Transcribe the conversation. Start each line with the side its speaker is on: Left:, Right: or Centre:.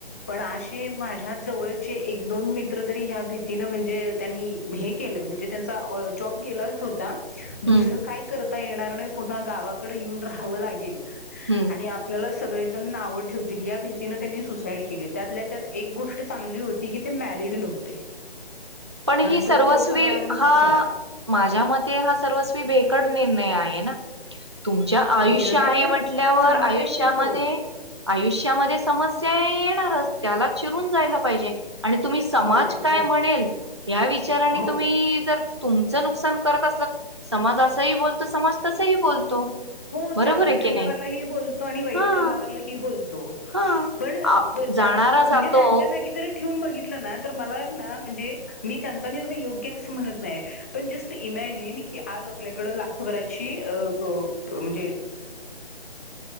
Left: पण अशी माझी या जवळचे एक दोन मित्र तरी ह्या भीतीन म्हणजे त्यांनी हे केलंय म्हणजे त्यांचा जॉब गेलाच होता दुसरं
Right: हम्म
Left: काय करत आता येणार नाही, पुन्हा गावाकडे येऊन राहावं लागेल.
Right: हम्म
Left: आणि आपल्यालाच. सगळे जण नाव ठेवतील, या भीतीने त्यांनी सुसाईड केले त्यातल्या-त्यात एक गोष्ट. चांगली होती की ते मॅरड नव्हते.
Right: पण ही
Left: नाहीतर
Right: सर्वस्वी,
Left: तो सगळा आणि
Right: हा
Left: पसारा
Right: माझ्या मते हा सर्वस्वी भेग कड निर्णय आहे ना. तुमच्या आयुष्य
Left: निर्णय
Right: आहे
Left: तर
Right: म्हटल्यावर,
Left: चांगला
Right: आयुष्यामध्ये
Left: नाहीच आहे तो
Right: आयुष्यामध्ये समस्या हे ये असणारच त्याला चिरून जायला पाहिजे. आणि तुम्ही समाज
Left: हो
Right: काय
Left: हो
Right: म्हणेल. या विचाराने
Left: हो
Right: तुम्ही जर तुमचं नुकसान करत असला समाज असाही बोलतो समाज तसाही बोलतो.
Left: हो
Right: बरोबर
Left: चांगलं
Right: आहे
Left: करणाऱ्याला
Right: की नाही
Left: ही बोलतो आणि वाईट
Right: हा.
Left: करणाऱ्याला ही बोलतो,
Right: हा
Left: पण
Right: आ
Left: ते
Right: जाणारा
Left: त्यान म्हणजे
Right: जातो
Left: त्यांच्या जागी जरी ठेवून बघित लं ना तर मला ना म्हणजे मी त्यांचा निर्णय योग्य असं म्हणत नाही, पण जस्ट इमॅजिन की आज आपल्याकडं लाखभराची अ ब त म्हणजे